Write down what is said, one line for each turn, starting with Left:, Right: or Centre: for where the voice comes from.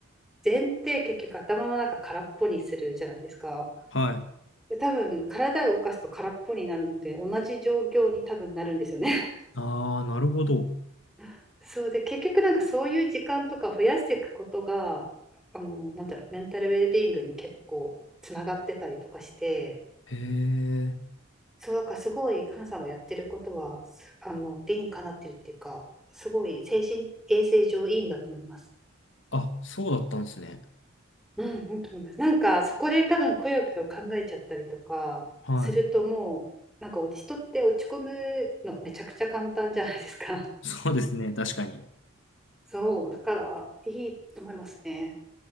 Centre: 禅って結局頭の中空っぽにするじゃないですか。
Left: はい。
Centre: で多分体を動かすと空っぽになるので同じ状況に多分なるんですよね。
Left: ああ、なるほど。
Centre: <laughs> そうで結局なんかそういう時間とか増やしていくことがあのなんだろうメンタルウェルビーイングに結構つながってたりとかして
Left: へえ。
Centre: そうだからすごいかさんがやってることはあの理にかなってるっていうかすごい精神衛生上いいんだと思います。
Left: あ、そうだったんですね。
Centre: うん、いいと思います。なんかそこで多分くよくよ考えちゃったりとかするともうなんか人って落ち込むのめちゃくちゃ簡単じゃないですか。
Left: はい。そうですね。確かに。
Centre: <laughs> そう、だからいいと思いますね。